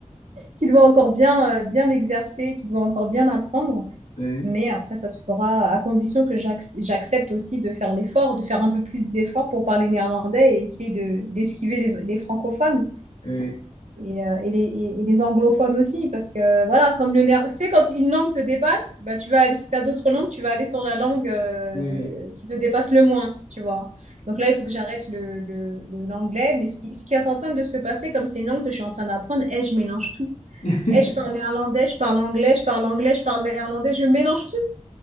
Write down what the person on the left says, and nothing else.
oui,
oui,
oui.
<laughs>